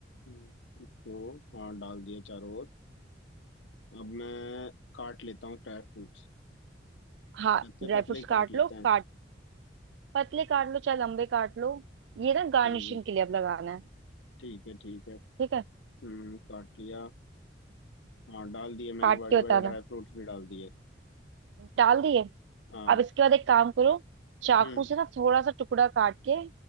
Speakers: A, on the left; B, on the right.
A: हम्म, इसको हाँ डाल दिया चारों ओर अब मैं काट लेता हूँ ड्राई फ्रूट्स
B: हाँ
A: पतले
B: ड्राई
A: पतले
B: फ्रूट्स
A: ही
B: काट
A: काट लेते
B: लो
A: हाँ हैं
B: काट पतले काट लो चाहे लंबे काट लो ये ना
A: ठीक
B: गार्निशिंग
A: है
B: के लिए अब लगाना है
A: ठीक है ठीक है
B: ठीक है
A: हम्म काट लिया हाँ डाल दिए मैंने
B: काट
A: बड़े
B: के बताना
A: बड़े ड्राई फ्रूट्स भी डाल दिए
B: डाल दिए
A: हाँ
B: अब इसके बाद एक काम करो चाकू
A: हम्म
B: से ना थोड़ा सा टुकड़ा काट के